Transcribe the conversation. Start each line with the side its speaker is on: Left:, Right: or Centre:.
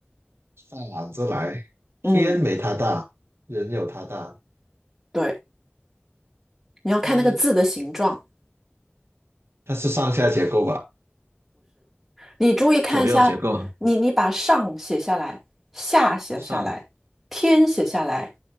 Right: 反着来，
Centre: 嗯，
Right: 天没他大，人有他大。
Centre: 对，你要看那个字的形状，
Right: 嗯，它是上下结构吧？
Centre: 你注意看一下，
Right: 左右结构，
Centre: 你你把上写下来，下写下来，
Right: 上
Centre: 天写下来，